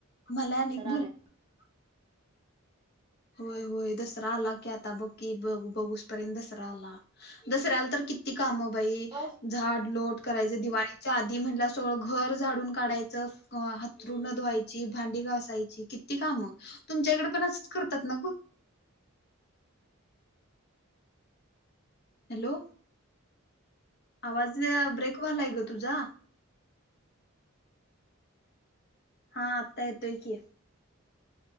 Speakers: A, on the left; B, on the right.
A: मला
B: दसरा
A: अनेक
B: आलाय.
A: बला होय होय दसरा आला की आता बघकी बघ बघसपर्यंत दसरा आला दसऱ्याला तर किती त काम बाई
B: आवाज
A: झाड, लोट करायच दिवाळीच्या आधी म्हण सगळं घर झाडून काढायचं, हातरूण धुवायची, भांडी घसायची, किती काम? तुमच्याकडे पण करतात न ग? हॅलो आवाज ब्रेक वला आहे ग तुझा हा आत्ता येतोय की!